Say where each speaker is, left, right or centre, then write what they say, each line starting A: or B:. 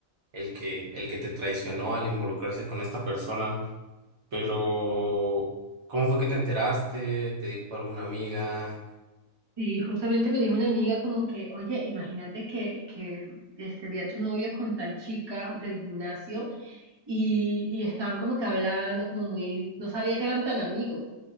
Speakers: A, on the right; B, on the right.
A: el que, el que te traicionó al involucrarse con esta persona. Pero, ¿cómo fue que te enteraste? ¿Te dijo alguna amiga?
B: Sí, justamente me dijo una amiga como que, oye, imagínate que, que este, vi a tu novio con tal chica del gimnasio y, y estaban como que hablando, como muy, no sabía que eran tan amigos.